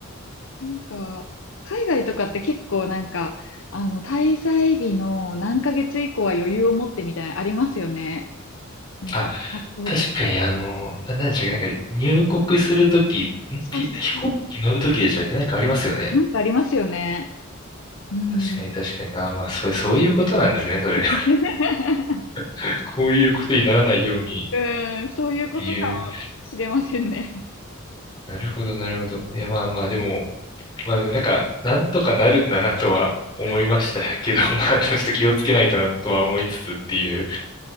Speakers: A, on the left; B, on the left.
A: なんか、海外とかって結構なんか、あの、滞在日の何ヶ月以降は余裕を持ってみたいなのありますよね。
B: うん
A: なんか、
B: あ、
A: パスポート。
B: 確かにあの、な、何でしたっけ、なんか入国するとき、んピ飛行機乗るときでしたっけ、
A: そうそう。
B: なんかありますよね。
A: なんかありますよね。うん。
B: 確かに確かに。ああまあ、そう、そういうことなんですね、それ。
A: <laughs>
B: <laughs> こういうことにならないようにっ
A: うん、そういうことかもしれませんね。
B: ていう。なるほど、なるほど。いや、まあまあ、でも、まあでもなんか、なんとかなるんだなとは思いましたけど、
A: うん。
B: <laughs> まあでもちょっと気をつけないとなとは思いつつっていう、